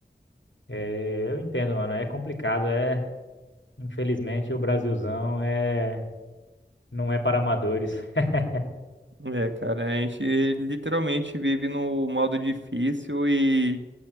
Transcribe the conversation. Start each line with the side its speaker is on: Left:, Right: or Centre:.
Left: É, eu entendo, mano, é complicado, é, infelizmente o Brasilzão é não é para amadores. <laughs>
Right: É, cara, a gente literalmente vive no modo difícil e